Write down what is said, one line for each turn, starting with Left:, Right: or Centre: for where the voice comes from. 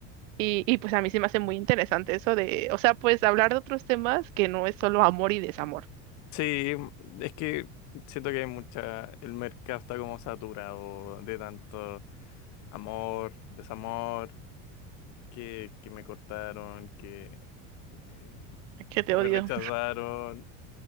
Right: y, y pues a mí se me hace muy interesante eso de, o sea, pues hablar de otros temas que no es solo amor y desamor.
Left: Sí, es que siento que hay mucha, el mercado está como saturado de tanto amor, desamor, que, que me cortaron, que, que
Right: Que te
Left: que
Right: odio.
Left: me rechazaron,